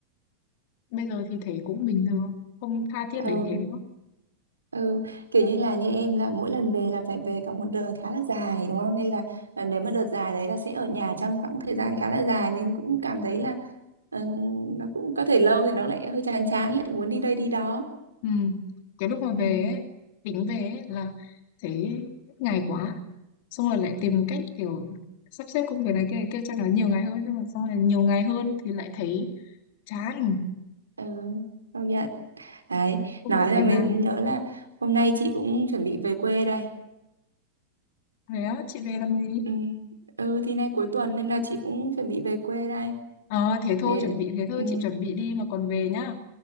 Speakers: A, on the left; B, on the right.
A: bây giờ thì thấy cũng bình thường không tha thiết
B: ừ,
A: đến thế nữa
B: ừ, kiểu như là như em là mỗi lần về là phải về cả một đợt khá là dài đúng không nên là ờ, nếu mà đợt dài đấy là sẽ ở nhà trong khoảng thời gian khá là dài nên cũng cảm thấy là ừ, nó cũng có thể lâu thì nó lại hơi chán chán lại muốn đi đây đi đó
A: ừ. cái lúc mà
B: ừ,
A: về ấy, tính về ấy là thấy ngày quá xong rồi lại tìm cách kiểu sắp xếp công việc này kia này kia cho nó nhiều ngày hơn nhưng mà xong rồi nhiều ngày hơn thì lại thấy chán
B: ừ, công nhận Đấy,
A: không
B: nói
A: biết thế
B: là
A: nào
B: mới nhớ là hôm nay chị cũng chuẩn bị về quê đây.
A: thế á chị về làm gì
B: Ừ, ừ thì nay cuối tuần nên là chị cũng chuẩn bị về quê đây.
A: ờ thế thôi
B: Thế,
A: chuẩn bị thế thôi
B: ừ,
A: chị chuẩn bị đi mà còn về nhá